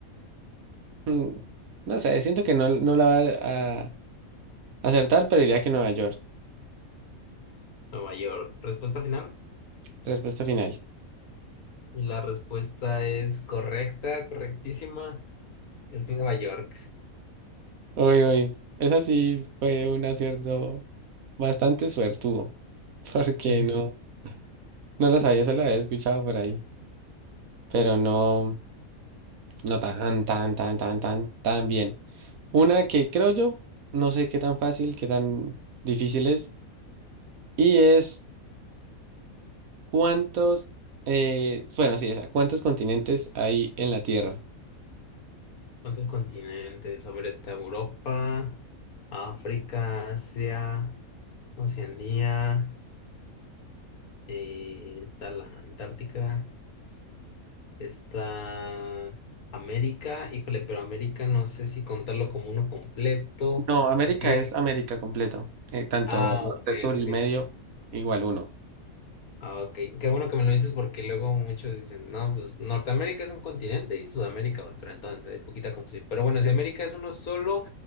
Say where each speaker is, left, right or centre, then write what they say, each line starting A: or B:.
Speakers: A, on the right (about 75°); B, on the left (about 85°).
A: mm, no sé, siento que no, no la va a... Acertar, pero diría que Nueva York.
B: Nueva York. Respuesta final.
A: Respuesta final.
B: Y la respuesta es correcta, correctísima. Es Nueva York.
A: Uy, uy. Esa sí fue un acierto bastante suertudo. <laughs> Porque
B: <laughs>
A: no, no lo sabía, solo había escuchado por ahí. Pero no, no tan, tan, tan, tan, tan, tan bien. Una que creo yo, no sé qué tan fácil, qué tan difícil es. Y es cuántos, eh, bueno, sí, esa, ¿cuántos continentes hay en la Tierra?
B: ¿Cuántos continentes? A ver, está Europa, África, Asia, Oceanía. eh, está la Antártica, está América, híjole, pero América no sé si contarlo como uno completo,
A: No, América
B: porque...
A: es América completo. eh, tanto
B: Ah,
A: norte,
B: ok,
A: sur
B: ok.
A: y medio, igual uno.
B: Ah, ok, qué bueno que me lo dices porque luego muchos dicen, no, pues Norteamérica es un continente y Sudamérica otro, entonces hay poquita confusión. Pero bueno, si América es uno solo,